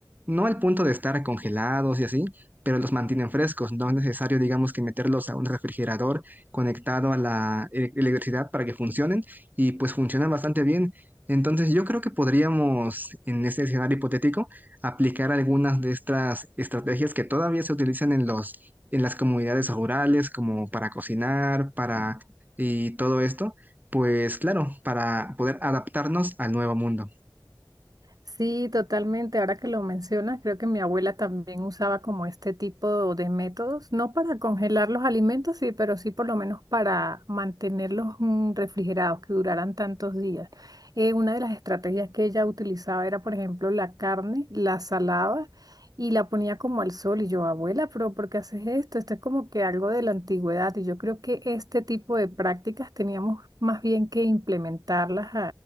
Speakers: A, on the right; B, on the right.
A: No al punto de estar congelados y así, pero los mantienen frescos. No es necesario, digamos, que meterlos a un refrigerador conectado a la ele- electricidad para que funcionen y pues funcionan bastante bien. Entonces yo creo que podríamos, en este escenario hipotético, aplicar algunas de estas estrategias que todavía se utilizan en los, en las comunidades rurales, como para cocinar, para y todo esto, pues claro, para poder adaptarnos al nuevo mundo.
B: Sí, totalmente. Ahora que lo mencionas, creo que mi abuela también usaba como este tipo de métodos, no para congelar los alimentos, sí, pero sí por lo menos para mantenerlos mm, refrigerados, que duraran tantos días. Eh, una de las estrategias que ella utilizaba era, por ejemplo, la carne, la salaba y la ponía como al sol. Y yo, abuela, pero ¿por qué haces esto? Esto es como que algo de la antigüedad. Y yo creo que este tipo de prácticas teníamos más bien que implementarlas